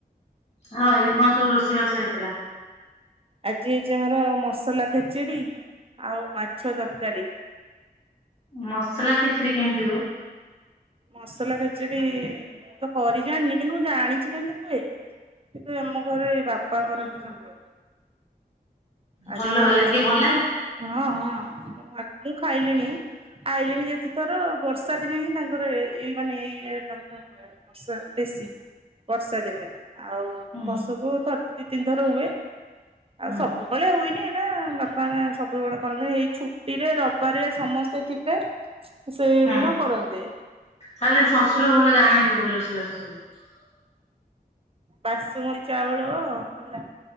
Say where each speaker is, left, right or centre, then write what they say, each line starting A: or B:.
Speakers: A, on the left; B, on the right.
A: ଆଉ ଆଜି କଣ ସବୁ ରୋଷେଇବାସ ହେଇଥିଲା?
B: ଆଜି ହେଇଛି ଆମର ମସଲା ଖେଚିଡ଼ି ଆଉ ମାଛ ତରକାରୀ।
A: ମସଲା ଖେଚିଡ଼ି କେମିତି ହୁଏ?
B: ମସଲା ଖାଚିଡି ମୁଁ ତ କରି ଜାଣିନି କିନ୍ତୁ ମୁଁ ଜାଣିଛି କେମିତି ହୁଏ। କିନ୍ତୁ ଆମ ଘରେ ବାପା କରନ୍ତି ସବୁବେଳେ। ଆଜି
A: ଭଲ ଲାଗେ
B: ସେ
A: ଭଲ ଲାଗେ
B: ହଁ ହଁ ମୁଁ ଖାଇଲିଣି ଆଇଲିଣି ଯେତେଥର ବର୍ଷା ଦିନେ ହିଁ ତା ଏଇ ମାନେ ଏଇ ଆଇଟମ ଟା ହୁଏ ବର୍ଷା ବେଶୀ ବର୍ଷା ଦିନେ। ଆଉ
A: ହୁଁ
B: ବର୍ଷକୁ ଥ ଦି ତିନି ଥର ହୁଏ ଆଉ
A: ହୁଁ
B: ସବୁ ସବବେଳେ ହୁଏନି ଏଇଟା ବାପା ସବୁବେଳେ କରନ୍ତୁ ଏଇ ଛୁଟି ରେ ରବିବାର ସମସ୍ତେ ଥିବେ ସେଇଦିନ
A: ହୁଁ
B: କରନ୍ତି।
A: ତାହେଲେ ଶଶୁର ଭଲ ଜାଣନ୍ତି ବୋଧେ ରୋଷେଇ ବାସ ସବୁ?
B: ବାସୁମତୀ ଚାଉଳ ହେଲା